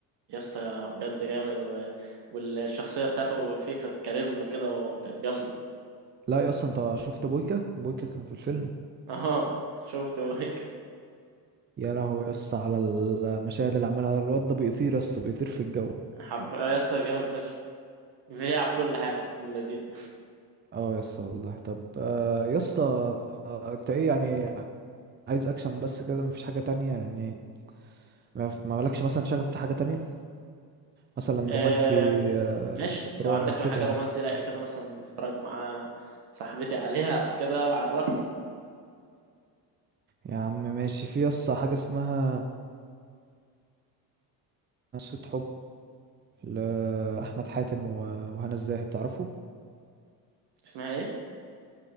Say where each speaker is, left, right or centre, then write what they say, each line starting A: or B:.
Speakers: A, on the right; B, on the right.
A: يا اسطى بجد جامد و... والشخصيه بتاعته فيه كانت كاريزما كده وكانت جامده
B: لا يا اسطى انت شفت بويكا بويكا كان في الفيلم
A: <laughs> اه شفت هو هيك
B: يا لهوي يا اسطى على المشاهد اللي عملها الواد ده بيطير يا اسطى بيطير في الجو
A: حرف اه يا اسطى جامد فشخ بيلعب كل حاجه من اللذين
B: اه يا اسطى والله طب آه يا اسطى آه، انت ايه يعني عايز اكشن بس كده مفيش حاجة تانية يعني ما ما مالكش مثلا شغف في حاجة تانية مثلا
A: آه...
B: رومانسي آه
A: ماشي
B: دراما
A: لو عندك حاجه
B: كده يعني
A: رومانسي رايقه كده مثلا تتفرج مع صاحبتي عليها او كده عرفني
B: يا عم ماشي في يا اسطى حاجة اسمها قصة حب لأحمد حاتم و- وهنا الزاهد تعرفوا
A: اسمها ايه